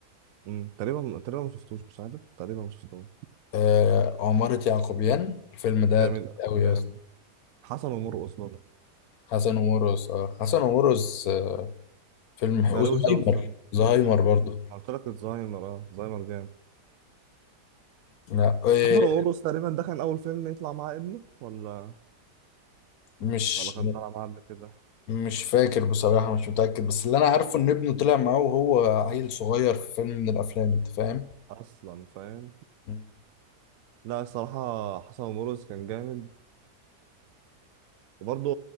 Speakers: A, on the right; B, on the left.
A: امم تقريبا تقريبا ما شفتوش مش عارف تقريبا ما شفتوش
B: آه، عمارة يعقوبيان الفيلم ده
A: جميل
B: تقيل قوي
A: جامد
B: يا اسطى
A: حسن ومرقص برضه
B: حسن ومرقص اه حسن ومرقص آه، فيلم
A: لا
B: وزهايمر
A: روش قوي الصراحه
B: زهايمر برضه
A: أنا قلت لك الزهايمر اه زهايمر جامد
B: لا إيه،
A: حسن ومرقص تقريبا ده كان اول فيلم يطلع مع ابنه ولا
B: مش
A: ولا كان طالع معاه قبل كده
B: مش فاكر بصراحة مش متأكد بس اللي أنا عارفه إن ابنه طلع معاه وهو عيل صغير في فيلم من الأفلام أنت فاهم؟
A: اصلا فاهم
B: مم.
A: لا الصراحه حسن ومرقص كان جامد وبرضه